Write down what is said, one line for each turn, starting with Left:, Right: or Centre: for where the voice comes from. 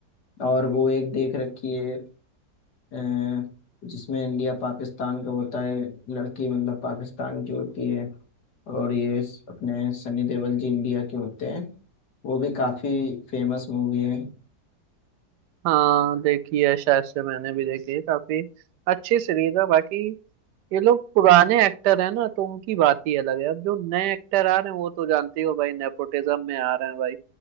Left: और वो एक देख रखी है अ, जिसमें इंडिया पाकिस्तान का होता है लड़की मतलब पाकिस्तान की होती है और ये स- अपने सनी देओल जी इंडिया के होते हैं वो भी काफी फेमस मूवी है
Right: हाँ देखी है शायद से मैंने भी देखी है काफी अच्छी सीरीज है बाकी ये लोग पुराने एक्टर हैं ना तो उनकी बात ही अलग है अब जो नए एक्टर आ रहे हैं वो तो जानते ही हो भाई नेपोटिज्म में आ रहे हैं भाई